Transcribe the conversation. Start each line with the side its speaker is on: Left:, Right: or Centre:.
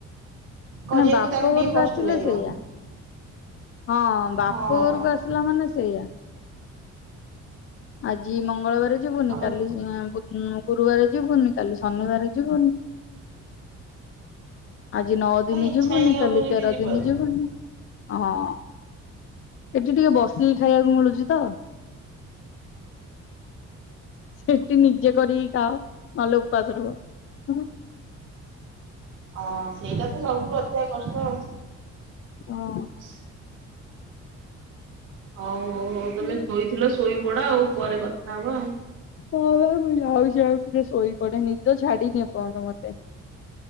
Right: କରିବାକୁ
Left: ମାନେ ବାପ
Right: ତାକୁ
Left: ଘରକୁ
Right: ଟିକେ କଷ୍ଟ
Left: ଆସିଥିଲେ
Right: ଲାଗିବ
Left: ସେଇୟା। ହଁ ବାପ
Right: ହଁ
Left: ଘରକୁ ଆସିଲା ମାନେ ସେଇଆ। ଆଜି ମଙ୍ଗ୍ ମଙ୍ଗଳବାର ଯିବୁନି,
Right: ତମେ
Left: କାଲି ଉଁ ଉଁ ଗୁରୁବାର ଯିବୁନି, କାଲି ଶନିବାର ଯିବୁନି। ଆଜି ନଅ ଦିନ
Right: ତ ଇଚ୍ଛା
Left: ଯିବୁନି,
Right: ହିଁ ହବନି
Left: କାଲି ତେର
Right: ବି ଯିବାକୁ।
Left: ଦିନ ଯିବୁନି। ହଁ ଏଠି ଟିକେ ବସିକି ଖାଇବାକୁ ମିଳୁଛି ତ। ସେଠି ନିଜେ କରିକି ଖାଅ ନହେଲେ ଉପ ଉପାସ୍ ରୁହ। <unintelligible>
Right: ହଁ, ସେଇଟା ତ ସବୁଠୁ ଅଧିକା କଷ୍ଟ ଆଉ।
Left: ହଁ
Right: <unintelligible> ହଉ ହଉ ହଉ
Left: ହୁଁ
Right: ତମେ ଶୋଇଥିଲ ଶୋଇପଡ ଆଉ ପରେ କଥା ହବା ଆଉ।
Left: ହଁ ପା, ମୁଁ ଯାଉଛି ଆଉ ଟିକେ ଶୋଇବି। କଡେ ନିଦ ଛାଡିନି ଏପର୍ଯ୍ୟନ୍ତ ମୋତେ। <inaudible>